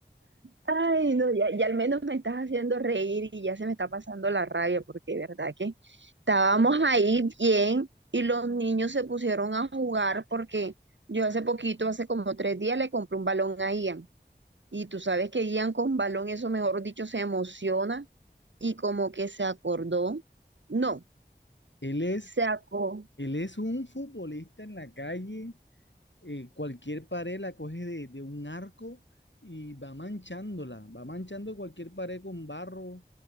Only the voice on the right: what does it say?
Ay, no, ya, ya al menos me estás haciendo reír y ya se me está pasando la rabia, porque de verdad que estábamos ahí bien y los niños se pusieron a jugar porque yo hace poquito, hace como tres días, le compré un balón a Ian. Y tú sabes que Ian con balón, eso mejor dicho, se emociona y como que se acordó. No,
se acordó.